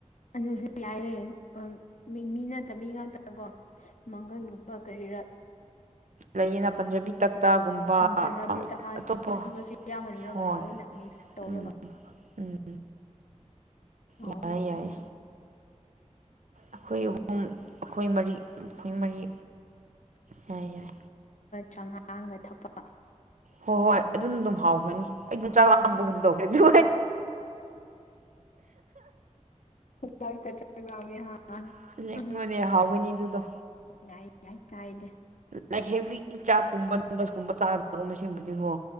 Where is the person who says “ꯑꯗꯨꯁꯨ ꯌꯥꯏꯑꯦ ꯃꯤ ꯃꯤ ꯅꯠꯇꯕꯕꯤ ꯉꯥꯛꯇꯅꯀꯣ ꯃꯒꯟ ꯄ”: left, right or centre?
Left